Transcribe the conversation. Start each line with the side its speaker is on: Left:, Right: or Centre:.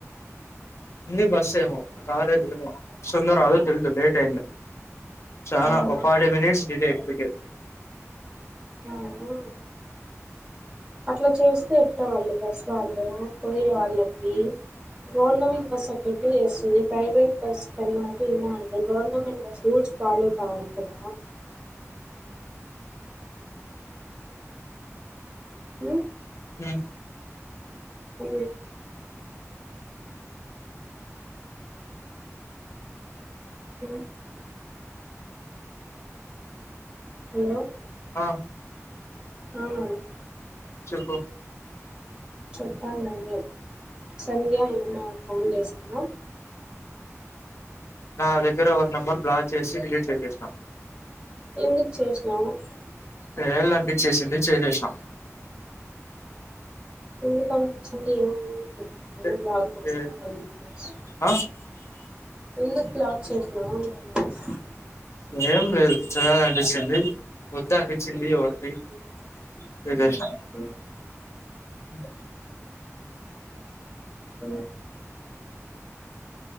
Left: ఉంది బస్ ఏమో రాలేదు ఏమో వస్తోందో రాదో తెలిదు లేట్ చాలా
Right: అవునా
Left: ఒక ఫార్టీ మినిట్స్ డిలే ఇప్పడికే
Right: నాగు అట్లా చేస్తే ఎట్లా వాళ్ళు బస్ వాళ్ళు పోయే వాళ్ళకి గవర్నమెంట్ బస్సు అట్ల ఎట్లా ఎస్తుంది. ప్రైవేట్ బస్సు కన్నా ఏమో అనుకో గవర్నమెంట్ బస్సు రూల్స్ వాళ్ళు కావాలికదా. మ్
Left: హ్మ్
Right: మ్ హ్మ్ హలో
Left: ఆ
Right: అవునండి.
Left: చెప్పు
Right: చెప్పాలి మీరే సంధ్య ఏమన్న ఫోన్ చేసిందా?
Left: నా దగ్గర ఎవరి నెంబర్ బ్లాక్ చేసి డిలీట్ చేసేసానా.
Right: ఎందుకు చేసినవ్ అట్లా
Left: చేయాలనిపించేసింది చేశేష్ణ
Right: ఎందుకు కనిపించింది ఏమైంది చెప్పు
Left: అంతే
Right: <unintelligible> బ్లాక్
Left: ఏ
Right: చేసా <unintelligible>
Left: ఆ
Right: ఎందుకు బ్లాక్ చేసినవు అంటన్నా
Left: ఏం లేదు చేయాలనిపిచ్చింది. వద్దు అనిపిచ్చింది ఇగో డీట్ ఇగ జేసినా
Right: ఉ
Left: ఈ అ
Right: ఆ